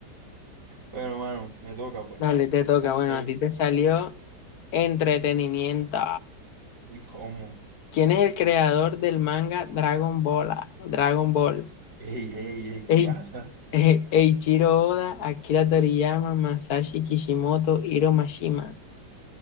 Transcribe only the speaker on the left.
Dale, te toca,
bueno,
a ti te salió entretenimiento.
¿Quién es el creador del manga Dragon Ball? ah? Dragon Ball.
Ei-
eh, Eiichiro Oda, Akira Toriyama, Masashi Kishimoto, Hiro Mashima.